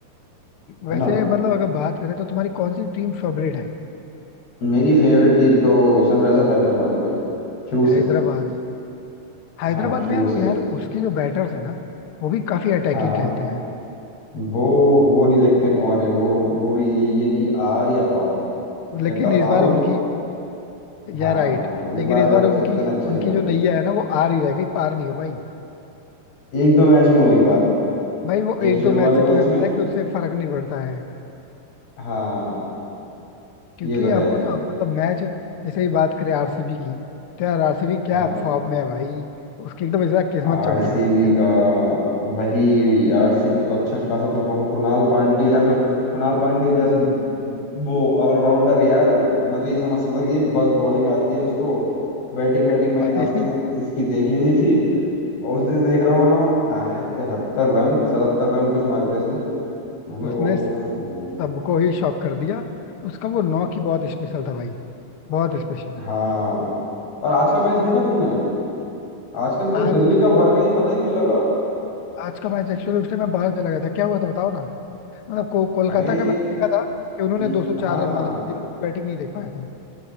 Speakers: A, on the left; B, on the left.
A: वैसे
B: है ना
A: मतलब अगर बात करें तो तुम्हारी कौन सी टीम फेवरेट है
B: मेरी फेवरेट टीम तो सनराइजर हैदराबाद है भाई शुरू
A: हैदराबाद
B: से
A: हैदराबाद
B: हाँ शुरू
A: में यार
B: से
A: वो यार उसके जो बैटर्स है ना वो भी काफी अटैकिंग
B: हाँ
A: खेलते हैं
B: वो वो नहीं देखते कौन है वो वो भी यही है कि आर या पार
A: लेकिन
B: या तो आउट
A: इस बार उनकी
B: हाँ
A: या राइट
B: इस
A: लेकिन
B: बार
A: इस
B: अच्छा
A: बार उनकी
B: इतना अच्छा नहीं
A: उनकी
B: रहा
A: जो नैया है ना वो आर ही रह गई पार नहीं हो भाई
B: एक दो मैच में हुई पार
A: भाई वो
B: एक
A: एक
B: शुरू
A: दो मैच
B: वाले
A: से
B: मैच
A: तुम्हें पता
B: में
A: है कि उससे फर्क नहीं पड़ता है
B: हाँ
A: क्योंकि
B: ये तो
A: आपको
B: है
A: ना मतलब मैच जैसे ही बात करें आरसीबी की तो यार आरसीबी क्या
B: हाँ
A: फॉर्म में है भाई उसकी एकदम ऐसा किस्मत
B: आरसीबी
A: चमकी हुई <laughs>
B: का
A: है
B: वही आरसीबी तो अच्छा खासा परफॉर्म कुणाल पांड्या कुणाल पांड्या जैसा वो ऑलराउंडर यार मैं तो ये समझता था कि बस बॉलिंग आती है उसको बैटिंग बैटिंग
A: भाई
B: मैंने आज तक इत- इसकी देखी नहीं थी और उस दिन देख रहा हूँ हाँ, आए तिहत्तर रन सतहत्तर रन कुछ मारे थे इसने मैंने कहा
A: उसने
B: ओफ
A: सबको ही शॉक कर दिया उसका वो नॉक ही बहुत स्पेशल था भाई बहुत स्पेशल
B: हाँ और आज का मैच देखा तुमने आज का मैच
A: आज
B: दिल्ली कब हार गई पता ही नहीं लगा
A: आज का मैच एक्चुअली उस टाइम मैं बाहर चला गया था क्या हुआ था बताओ ना मतलब को, कोलकाता
B: अरे
A: का मैंने देखा था कि उन्होंने
B: ये,
A: 204
B: हाँ
A: रन मारे थे दिल्ली की बैटिंग नहीं देख पाया था